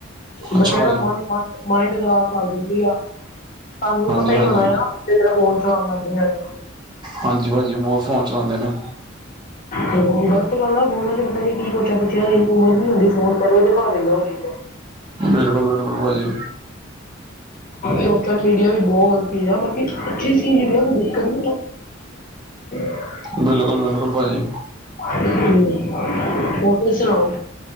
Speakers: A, on the right (about 20°); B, on the left (about 45°).
A: ਅੱਛਾ
B: ਬੱਚਿਆਂ
A: ਭਾਜੀ
B: ਦਾ ਮਨ ਮਾਇੰਡ ਖ਼ਰਾਬ ਕਰ ਜਾਂਦੀ ਆ ਤਹਾਨੂੰ
A: ਹਾਂਜੀ
B: ਪਤਾ ਹੀ
A: ਹਾਂਜੀ
B: ਹੋਣਾ ਆ ਬੱਚੇ ਜਿਹੜੇ ਫੋਨ ਚਲਾਉਣ ਪਿਆ ਆ ਅੱਜ ਕੱਲ
A: ਹਾਂਜੀ ਭਾਜੀ ਬਹੁਤ ਫੋਨ ਚਲਾਉਂਦੇ ਨੇ
B: ਤੇ ਗਲਤ ਗੱਲ ਆ ਫੋਨਾਂ ਚ ਪਤਾ ਨੀ ਕੀ ਪੁੱਛਿਆ ਪੁਛਿਆ ਇਨੀ ਉਮਰ ਨੀ ਹੁੰਦੀ ਫੋਨ ਪਹਿਲੇ ਦਿਖੇ ਤਾਂ ਲੁਕਾ ਲਈਦਾ
A: ਬਿਲਕੁਲ ਬਿਲਕੁਲ ਭਾਜੀ
B: ਸੋਸ਼ਲ ਮੀਡੀਆ ਵੀ ਬਹੁਤ ਬਾਕੀ ਅੱਛੀ ਚੀਜ਼ ਵੀ ਆ ਕੋਈ ਦੇਖਣ <unintelligible>
A: ਬਿਲਕੁਲ ਬਿਲਕੁਲ ਭਾਜੀ
B: ਹੂੰ ਹੋਰ ਤੁਸੀਂ ਸੁਣਾਓ।